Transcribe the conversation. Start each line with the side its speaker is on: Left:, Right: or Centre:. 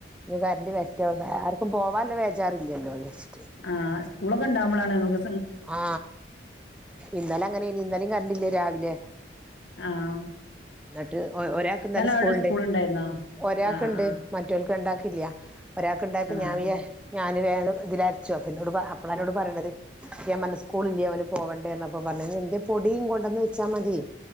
Centre: ഇനി വര ൻ്റെ ബസ് സ്റ്റോപ്പ് ആർക്കും പോവാനുള്ള ബേ ജാറില്ലല്ലോന്ന് വിചാരിച്ചു.
Left: ആ സ്‌കൂളൊക്കെ ഉണ്ടാവുമ്പോളാണ് ഇമ്മക്ക്
Centre: ആ ഇന്നലെ അങ്ങനേണ്. ഇന്നലേം കറൻ്റില്ല രാവിലെ.
Left: ആഹ്
Centre: എന്നിട്ട് ഒരാൾക്ക് ഇന്നലെ സ്‌കൂളുണ്ട്.
Left: അവിടെ സ്കൂൾ ഉണ്ടായിരുന്നോ
Centre: ഒരാൾക്കിണ്ട്.
Left: ആഹ്
Centre: മറ്റോർക്ക് രണ്ടാക്ക് ക്കില്ല ഒരാക്ക് ഉണ്ടായപ്പോ
Left: ആഹ്
Centre: ഞാൻ വിചാ ഞാ <unintelligible> വിചാരിച്ചു. അപ്പൊ എന്നോട് പ അപ്പോളാ എന്നോട് പറയണത് യവന് സ്കൂള് ഇല്ലേ. അവന് പോവണ്ടേന്നൊക്കെ പറഞ്ഞ് പൊടീം കൊണ്ടന്നു വച്ചാ മതി